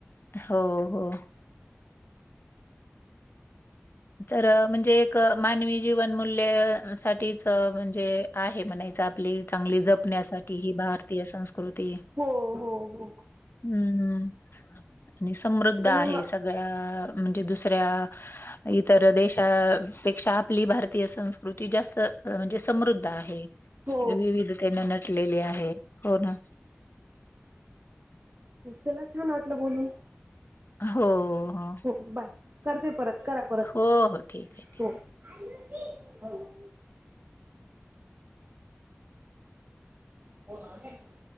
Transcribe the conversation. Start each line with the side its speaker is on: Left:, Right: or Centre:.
Left: हो! हो! ! तर म्हणजे एक मानवी जीवन मूल्य साच म्हणजे आहे म्हणायच आपली चांगली जपण्यासाठी! ! ही भारतीय संस्कृती.
Right: हो हो हो
Left: हम्म आणि समृद्ध
Right: आणि
Left: आहे
Right: म
Left: सगळ्या म्हणजे दुसऱ्या इतर देशापेक्षा आपली भारतीय संस्कृती जास्त म्हणजे समृद्ध आहे.
Right: हो
Left: विविधतेने नटलेली आहे. हो ना,
Right: चला छान वाटलं बोलून.
Left: हो, हो.
Right: ओके बाय करते परत करा परत
Left: हो, हो. ठीक आहे. ठीक.
Right: हो. <unintelligible> <unintelligible>